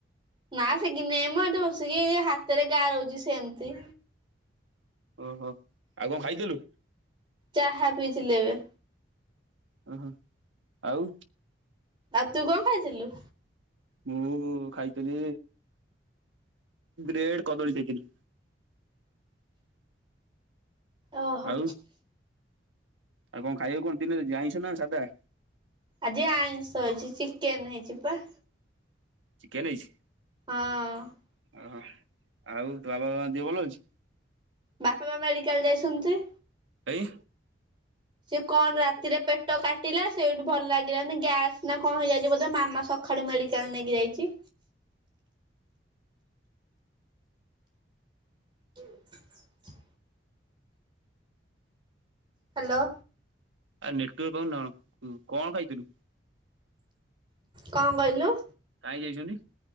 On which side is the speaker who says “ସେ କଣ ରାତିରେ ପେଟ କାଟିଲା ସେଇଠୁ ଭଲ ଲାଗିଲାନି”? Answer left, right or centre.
Right